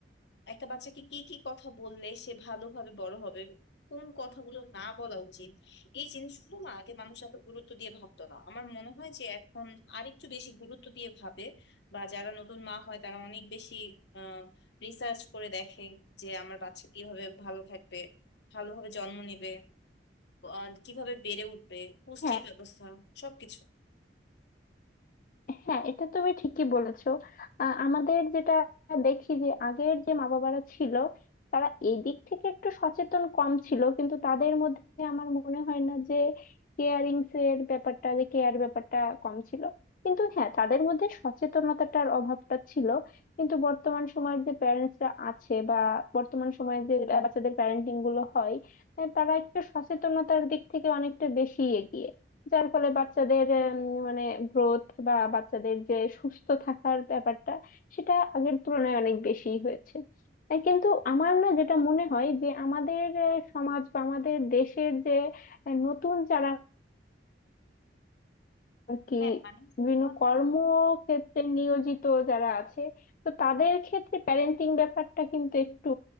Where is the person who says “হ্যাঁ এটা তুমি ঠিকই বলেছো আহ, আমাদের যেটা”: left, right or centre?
Left